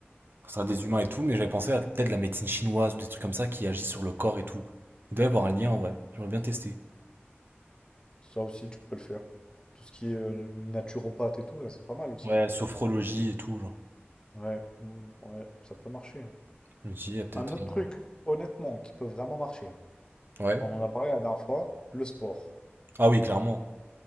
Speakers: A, on the right; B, on the left.
A: ça reste des humains et tout, mais j'avais pensé à peut-être la médecine chinoise ou des trucs comme ça qui agissent sur le corps et tout. Il doit y avoir un lien en vrai, j'aimerais bien tester.
B: Ça aussi, tu peux le faire. Tout ce qui est euh, naturopathe et tout, là, c'est pas mal aussi.
A: Ouais,
B: hein.
A: sophrologie et tout, genre.
B: Ouais, mm, ouais, ça peut marcher. hein.
A: Je me dis, il y a peut-être.
B: Un autre
A: euh,
B: truc, honnêtement, qui peut vraiment marcher, hein.
A: Ouais.
B: on en a parlé la dernière fois, le sport.
A: Ah oui, clairement.